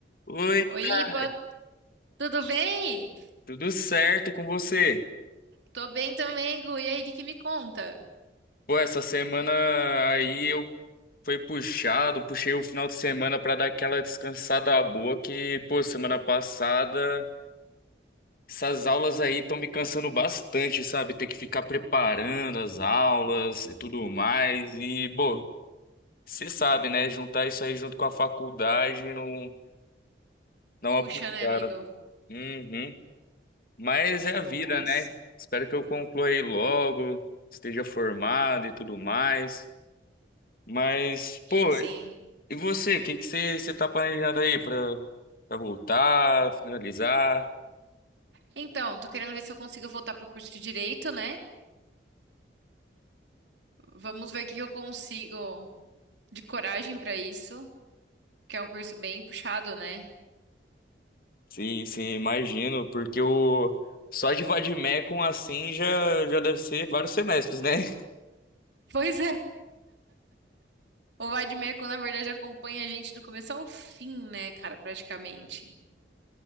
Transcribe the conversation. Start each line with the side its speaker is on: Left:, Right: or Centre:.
Left: Oi,
Right: Oi,
Left: tá
Right: boa... tudo bem?
Left: tudo certo com você?
Right: Tô bem também, Gu. E aí, o que que me conta?
Left: Pô, essa semana aí eu fui puxado, puxei o final de semana pra dar aquela descansada boa que, pô, semana passada essas aulas aí estão me cansando bastante, sabe? Ter que ficar preparando as aulas e tudo mais e, pô, você sabe, né? Juntar isso aí junto com a faculdade não dá
Right: Puxa,
Left: uma puxada.
Right: né, amigo?
Left: Uhum. Mas é a
Right: Nossa.
Left: vida, né? Espero que eu conclua aí logo, esteja formado e tudo mais. Mas,
Right: Sim,
Left: pô,
Right: sim.
Left: e você? O que que você, você tá planejando aí pra, pra voltar, finalizar?
Right: Então, tô querendo ver se eu consigo voltar pro curso de Direito, né? Vamos ver o que que eu consigo de coragem pra isso, que é um curso bem puxado, né?
Left: Sim, sim, imagino, porque o só de vademecum assim já, já deve ser vários semestres, né? <laughs>
Right: Pois é. O Vademecum, na verdade, acompanha a gente do começo ao fim, né, cara, praticamente.